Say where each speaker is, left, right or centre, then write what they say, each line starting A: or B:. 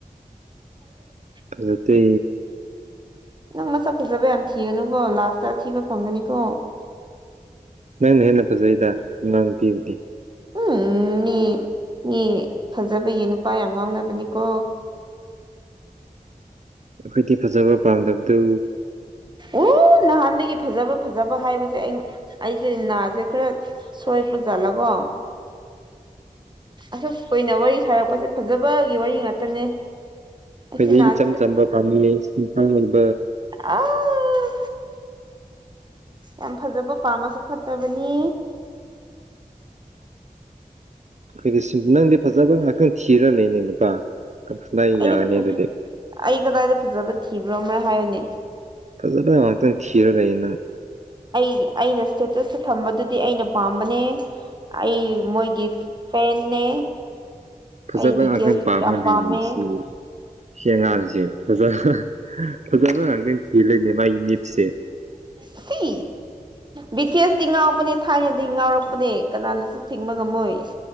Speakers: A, on the right; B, on the right.
A: <inaudible>
B: ꯐꯖꯇꯦ
A: ꯅꯪ ꯃꯁꯛ ꯐꯖꯕ ꯌꯥꯝ ꯊꯤꯒꯅꯨꯀꯣ ꯂꯥꯁꯇ ꯑꯊꯤꯕ ꯐꯪꯒꯅꯤꯀꯣ
B: ꯅꯪꯅ ꯍꯦꯟꯅ ꯐꯖꯩꯗ ꯅꯅꯥꯎꯅꯨꯄꯤꯕꯨꯗꯤ
A: ꯎꯨꯝ ꯃꯤ ꯃꯤ ꯐꯖꯕꯒꯤ ꯅꯨꯄꯥ ꯌꯥꯝ ꯉꯥꯎꯅꯕꯅꯤꯀꯣ
B: ꯑꯩꯈꯣꯏꯗꯤ ꯐꯖꯕ ꯄꯥꯝꯗꯕꯗꯨ
A: ꯎ ꯅꯍꯥꯟꯗꯒꯤ ꯐꯖꯕ ꯐꯖꯕ ꯍꯥꯏꯕꯁꯦ ꯑꯩ ꯑꯩꯁꯦ ꯅꯥꯁꯦ ꯈꯔ ꯁꯣꯏ ꯄꯖꯥꯠꯂꯀꯣ ꯑꯁꯨꯛ ꯀꯨꯏꯅ ꯋꯥꯔꯤ ꯁꯥꯔꯛꯄꯁꯦ ꯐꯖꯕꯒꯤ ꯋꯥꯔꯤ ꯉꯥꯛꯇꯅꯦ
B: ꯑꯩꯈꯣꯏꯗꯤ
A: ꯑꯩꯁꯦ ꯅꯥ
B: ꯏꯆꯝ ꯆꯝꯕ <unintelligible>
A: ꯑꯥ ꯌꯥꯝ ꯐꯖꯕ ꯄꯥꯝꯃꯁꯨ ꯐꯠꯇꯕꯅꯦ
B: ꯑꯩꯈꯣꯏꯗꯤ ꯁꯤꯝ ꯅꯪꯗꯤ ꯐꯖꯕ ꯉꯥꯛꯀ ꯊꯤꯔ ꯂꯩꯅꯦ ꯅꯨꯄꯥ ꯀꯗꯥꯏ
A: ꯑꯩꯗꯤ
B: ꯌꯥꯅꯤ ꯑꯗꯨꯗꯤ
A: ꯑꯩ ꯀꯗꯥꯏꯗ ꯐꯖꯕ ꯊꯤꯕ꯭ꯔꯣ ꯑꯃꯔꯛ ꯍꯥꯏꯌꯨꯅꯦ
B: ꯐꯖꯕ ꯉꯥꯛꯛꯇ ꯊꯤꯔ ꯂꯩꯌꯦ ꯅꯪ
A: ꯑꯩ ꯑꯩꯅ ꯏꯁꯇꯦꯇꯁ ꯊꯝꯕꯗꯨꯗꯤ ꯑꯩꯅ ꯄꯥꯝꯕꯅꯦ ꯑꯩ ꯃꯣꯏꯒꯤ ꯐꯦꯟꯅꯦ
B: ꯐꯖꯕ
A: ꯑꯩ ꯕꯤ
B: ꯉꯛꯇ
A: ꯇꯤ ꯑꯦꯁ
B: ꯄꯝꯃꯗꯤ
A: ꯌꯥꯝ ꯄꯥꯝꯃꯦ
B: ꯅꯨꯡꯁꯤ ꯁꯤ ꯑꯉꯥꯡꯁꯦ ꯐꯖꯕ ꯐꯖꯕ ꯉꯥꯛꯇ ꯊꯤ ꯂꯩꯅꯦ ꯃꯥꯒꯤ ꯅꯤꯠꯁꯦ
A: <inaudible> ꯁꯤ ꯕ꯭ꯤꯇꯁꯇꯤ ꯉꯥꯎꯕꯅꯦ ꯊꯥꯏꯅꯗꯤ ꯉꯥꯎꯔꯛꯄꯅꯦ ꯀꯅꯥꯅꯁꯨ ꯊꯤꯡꯕ ꯉꯝꯃꯣꯏ